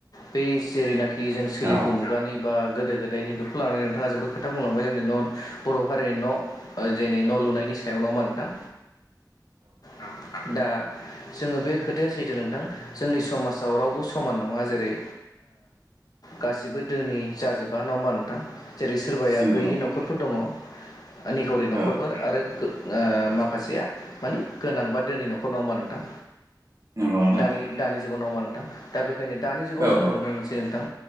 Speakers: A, on the left; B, on the right.
A: बै जेरैनाखि जों सोलिफु
B: औ
A: मुगानि बा गोदो गोदायनि बेखौ लानानै नोंथाङा जोबोद खोथा बुंलांबाय जोंनि न' बर' हारिनि न' जेनि न' लुनायनि सायाव नङा हमबा नोंथां ओ नोंथां दा जोंङो बे खोथाया सैथो नोंथां जोंनि समाजाव रावबो समान नङा जेरै गासिबो धोनि जाजोबा नङा हमबा नों जेरै सोरबाया
B: नंगौ
A: गैयि
B: नोंथां
A: न'खरफोर दङ। आ निखावरि न'खरफोर
B: औ
A: आरो माखासेया मानि गोनां बा दोनि न'खर नङा हमबा नोंथां।
B: नंगौ नोंथां
A: दानि दानि जुगाव नङा हमबा नोंथां दा बेखायनो दानि जुगाव
B: औ
A: जोंङो
B: औ
A: नुनो मोनसै नोंथां।